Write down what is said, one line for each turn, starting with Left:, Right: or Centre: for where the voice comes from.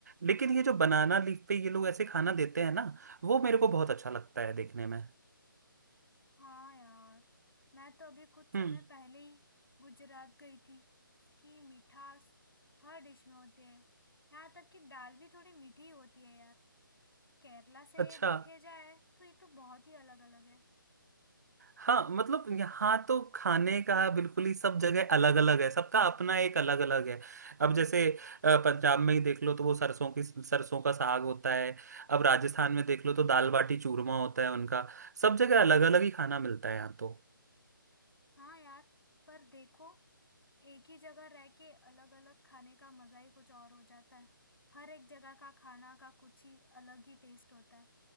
Right: लेकिन ये जो बनाना लीफ पे ये लोग ऐसे खाना देते हैं ना वो मेरे को बहुत अच्छा लगता है देखने में
Left: हाँ यार मैं तो अभी कुछ समय
Right: हम्म
Left: पहले ही गुजरात गई थी उसकी मिठास हर डिश में होती है यहाँ तक कि दाल भी थोड़ी मीठी होती है यार केरला से
Right: अच्छा
Left: ये देखे जाए तो ये तो बहुत ही अलग अलग है
Right: हाँ मतलब यहाँ तो खाने का बिल्कुल ही सब जगह अलग अलग है सबका अपना एक अलग अलग है अब जैसे अ, पंजाब में ही देख लो तो वो सरसों की सरसों का साग होता है अब राजस्थान में देख लो तो दाल बाटी चूरमा होता है उनका सब जगह अलग अलग ही खाना मिलता है यहाँ तो
Left: हाँ यार पर देखो एक ही जगह रह के अलग अलग खाने का मजा ही कुछ और हो जाता है हर एक जगह का खाना का कुछ ही अलग ही टेस्ट होता है